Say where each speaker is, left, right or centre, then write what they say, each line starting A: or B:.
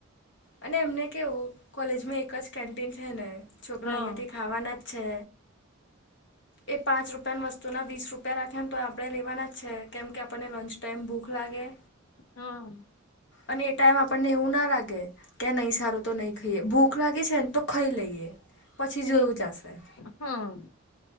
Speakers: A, on the left (about 55°); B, on the left (about 85°).
A: અને એમને કેવું કોલેજમાં એક જ કેન્ટીન છે ને, છોકરા
B: હા
A: અહિયાયાંથી ખાવાના જ છે.
B: <inaudible>
A: એ પાંચ રૂપિયાની વસ્તુના વીસ રૂપિયા રાખેને તો આપણે લેવાના જ છે. કેમ કે આપણને લંચ ટાઈમ ભૂખ લાગે.
B: હમ્મ
A: અને એ ટાઈમ આપણને એવું ના લાગે- કે નહી સારું તો નહી ખાઈએ ભૂખ લાગે છે. ને તો ખાઈ લઈએ પછી જોયું
B: એ
A: જશે-
B: હા